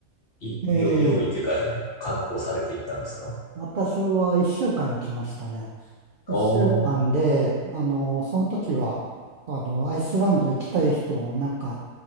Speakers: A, on the left (about 50°); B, on the right (about 70°).
A: い、
B: ええ
A: よ、用意というか、確保されていったんですか
B: 私は一週間行きましたね。一週間で、
A: おー、
B: あのその時は、あの、アイスランド行きたい人をなんか